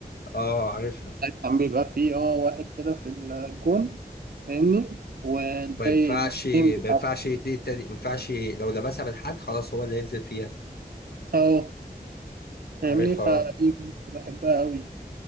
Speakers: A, on the left (about 75°); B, on the right (about 65°).
A: آه عارفها
B: كان بيبقى فيه اه واحد كده في الجون فاهمني والباقي
A: ما ينفعش
B: واتنين بيلعبوا
A: ما ينفعش اتنين تاني ما ينفعش لو لمسها من حد خلاص هو اللي هينزل فيها
B: اه فاهمني
A: عارفها
B: فدي كنت بحبها أوي